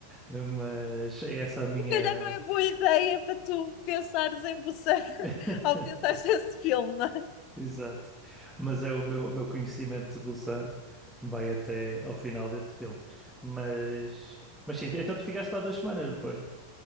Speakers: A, in the centre; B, on the left (about 40°).
A: mas é essa a minha.
B: Se calhar não é boa ideia para tu pensares em Busan <laughs>
A: <laughs>
B: ao pensares nesse filme, não é?
A: Exato. Mas é o meu, meu conhecimento de Busan vai até ao final desse filme. Mas, mas sim, então tu ficaste lá duas semanas, não foi?